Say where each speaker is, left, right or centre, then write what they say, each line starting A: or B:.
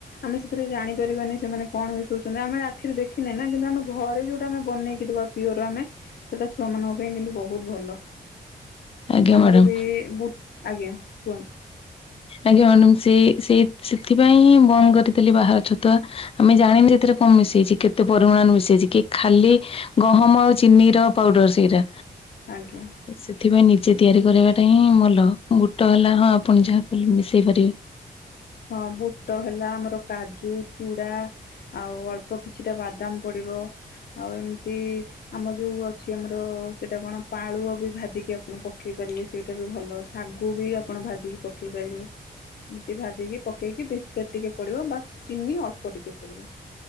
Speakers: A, on the left (about 75°); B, on the left (about 35°).
A: ଆମେ ସେଥିରେ ଜାଣିପାରିବାନି ସେମାନେ କଣ ବି ମିଶଉଚନ୍ତି ଆମେ ଆଖିରେ ଦେଖିନେ ନା କିନ୍ତୁ ଆମେ ଘରେ ଯୋଉଟା ଆମେ ବନେଇକିଦବା ପିଓର ଆମେ ସେଟା ଛୁଆ ମାନଙ୍କ ପାଇଁ କିନ୍ତୁ ବୋ ହୁତ ଭଲ।
B: ଆଜ୍ଞା
A: ଆମର
B: ମ୍ୟାଡ଼ାମ
A: ବି ବୁ ଆଜ୍ଞା କୁହନ୍ତୁ।
B: ଆଜ୍ଞା ମ୍ୟାଡାମ ସେ ସେଇ ସେଥିପାଇଁ ହିଁ ବନ୍ଦ କରିଥିଲି ବାହାର ଛତୁଆ। ଆମେ ଜାଣିନେ ଏଥିରେ କଣ ମିଶେଇଚି କେତେ ପରିମାଣ ମିଶେଇଚି କି ଖାଲି ଗହମ ଆଉ ଚିନି ର ପାଉଡର ସେଇଟା
A: ଆଜ୍ଞା
B: ସେଥିପାଇଁ ନିଜେ ତିଆରି କରିବାଟା ହିଁ ଭଲ। ବୋଟ ହେଲା ହଁ ଆପଣ ଯାହା ଭି ମିଶେଇ ପାରିବେ।
A: ହଁ ବୁଟ ହେଲା ଆମର କାଜୁ, ଚୁଡା ଆଉ ଅଳ୍ପ କିଛିଟା ବାଦାମ ପଡ଼ିବ। ଆଉ ଏମିତି ଆମ ଯୋଉ ଅଛି ଆମର ସେଇଟା କଣ ପାଳୁଅ ବି ଭାଜିକି ଆପଣ ପକେଇ ପାରିବେ। ସେଇଟା ବି ଭଲ ଶାଗୁ ବି ଆପଣ ଭାଜିକି ପକେଇ ପାରିବେ। ଏମିତି ଭାଜି ଭାଜିକି ପକେଇକି ବିସ୍କୁଟ ଟିକେ ପଡିବ ବା ଚିନି ଅଳ୍ପ ଟିକେ ପଡିବ।